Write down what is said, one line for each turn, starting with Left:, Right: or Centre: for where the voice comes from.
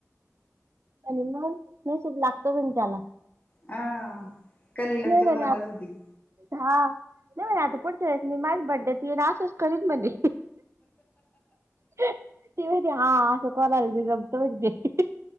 Right: आणि मंग नशीब लागत म्हण त्याला
Left: आ कलील न
Right: नाही
Left: तुला,
Right: म्हणे
Left: म्हणत
Right: आत
Left: असलं ती
Right: हा नाही म्हणे, आता पुढचा वेळेस मी माझा बड्डे ते आसच करीन म्हणे तेवय हा असं कॉल आलं की जमत म्हन्ते